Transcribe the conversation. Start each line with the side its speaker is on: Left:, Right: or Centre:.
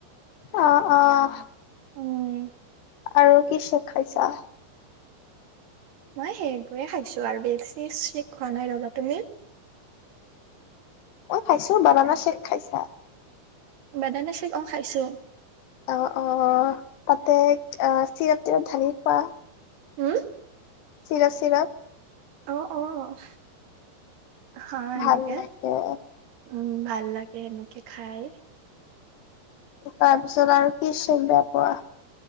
Left: আহ, আহ।
Right: উম
Left: আৰু কি চেক খাইছা?
Right: মই সেইবোৰে খাইছো আৰু বেছি চেক খোৱা নাই ৰ'বা। তুমি?
Left: মই খাইছো, বানানা চেক খাইছা?
Right: বানানা চেক অ', খাইছো।
Left: অ', অ', তাতে আহ, চিৰাপ তিৰাপ ঢালি খোৱা?
Right: উম?
Left: চিৰাপ চিৰাপ
Right: অ', অ'। অ', সেনেকে
Left: ভাল লাগে
Right: উম, ভাল লাগে সেনেকে। কে খায়
Left: তাৰপিছত আৰু কি চেক বেয়া পোৱা?